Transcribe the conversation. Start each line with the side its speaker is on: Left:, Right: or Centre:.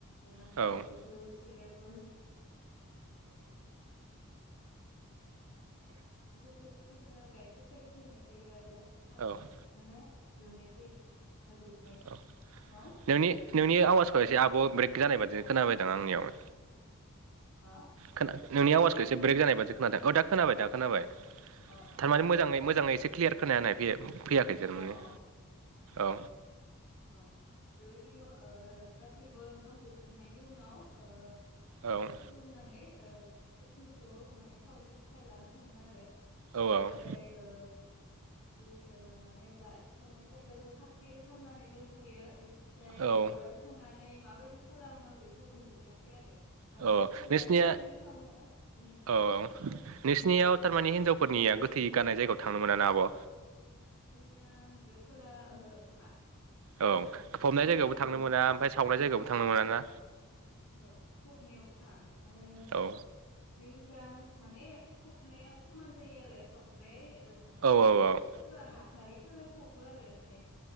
Left: दौनानै
Right: औ
Left: बे
Right: औ
Left: जौ सेरेब <unintelligible> <unintelligible> गाइखेर सायखेर होनाय जायो आरो साहा
Right: औ
Left: बिस नोङो दनाय जायो <unintelligible>
Right: औ
Left: उनाव
Right: नोंनि नोंनि
Left: ओ
Right: आवाजखौ एसे आब' ब्रेक जानाय बादि खोनाबायदां आंनियाव
Left: हा
Right: खोना नोंनि
Left: ओ
Right: आवाजखौ
Left: खोनायाखै
Right: एसे
Left: नामा
Right: ब्रेक जानाय बायदि खोनादों औ दा खोनाबाय दा खोनाबाय
Left: अ अ
Right: थार माने मोजाङै मोजाङै एसे क्लियार खोनायनाय बे फैयाखै जेन
Left: अ
Right: माने
Left: अ अ
Right: औ
Left: औ बेबायदिनो ओ गासैबो ओंखाम दौखांनायनि उनाव ओ
Right: औ
Left: ओ खुलुमनानै ओ गोथैखौ माने सावनो थाख खाय लाना थाङो आरो
Right: औ
Left: ओमफ्राय
Right: औ
Left: ओ बे ओ माने दा सावनाय जागाखो थागथियारि खामनानै दोनफैयो इनिफ्राय
Right: औ
Left: बेयाव थांनानै माबायदि खालामो बेखौ नुहैयाखै आरो माने
Right: औ
Left: सिथ्लायाव
Right: नोंसिनिया
Left: जायखिनि खालामो बेखौ नुदों।
Right: औ नोंसिनियाव तार माने हिनजावफोरनिया गोथै गारनाय जायगायाव थांनो मोनाना आब'?
Left: जोंनिया हिन्जावफोरा ओहो थाङा।
Right: औ फबनाय
Left: माने
Right: जायगायावबो थांनो
Left: ओ
Right: मोना ओमफ्राय सावनाय जायगायावबो थांनो मोनाना?
Left: ओहो फबनायावबो थाङा आरो
Right: औ
Left: जोंनिजा माने फबनाया खमान जायो आरो बांद्राय ओ माबा
Right: औ औ औ
Left: सोरबा हाथारिफोरा फबो आरो माने